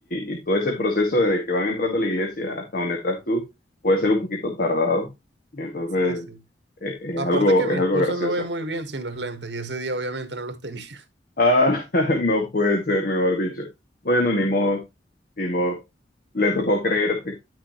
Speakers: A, on the left; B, on the right.
A: y- y todo ese proceso desde que van entrando a la iglesia hasta donde estás tú puede ser un poquito tardado. Entonces,
B: sí, sí.
A: eh, es
B: Aparte
A: algo,
B: que
A: es
B: mi
A: algo
B: esposa
A: gracioso.
B: no ve muy bien sin los lentes y ese día obviamente no los tenía.
A: Ah, <laughs> no puede ser, mejor dicho. Bueno, ni modo, ni modo. Le tocó creerte.